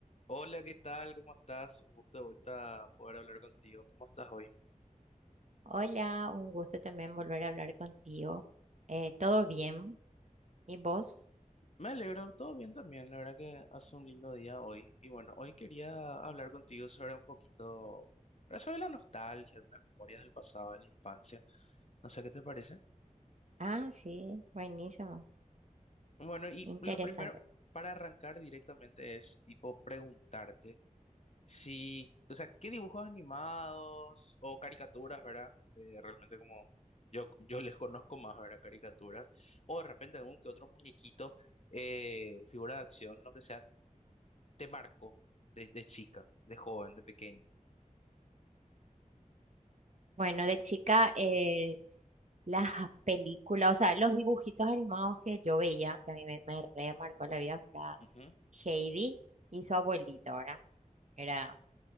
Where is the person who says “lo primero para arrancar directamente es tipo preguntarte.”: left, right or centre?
Left